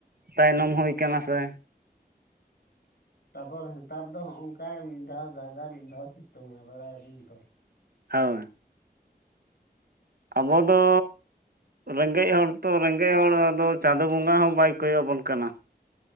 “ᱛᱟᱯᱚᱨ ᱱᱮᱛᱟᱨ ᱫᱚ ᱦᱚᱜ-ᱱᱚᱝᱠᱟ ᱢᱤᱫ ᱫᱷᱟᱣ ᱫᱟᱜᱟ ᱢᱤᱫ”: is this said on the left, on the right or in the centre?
Left